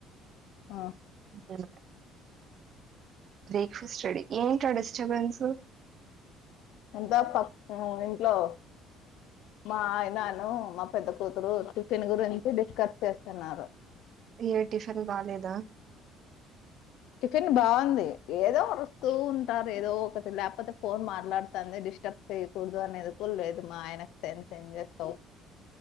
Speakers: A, on the left (about 65°); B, on the right (about 40°).
A: ఆ
B: ఇంకేంటి బ్రేక్ఫాస్ట్ రెడీ ఏంటా డిస్టర్బెన్స్
A: అంతా పక్కనోళ్ళ ఇంట్లో మా ఆయనాను మా పెద్ద కూతురు టిఫిన్ గురించి డిస్కస్ చేస్తున్నారు
B: ఏ టిఫిన్ బాలేదా
A: టిఫిన్ బాగుంది ఏదో వరుస్తూ ఉంటారు ఏదో ఒకటి లేకపోతే ఫోన్ మాట్లాడుతంది డిస్టర్బ్ చేయకూడదు అనేది కూడ లేదు మా ఆయనకు సం చేస్తావు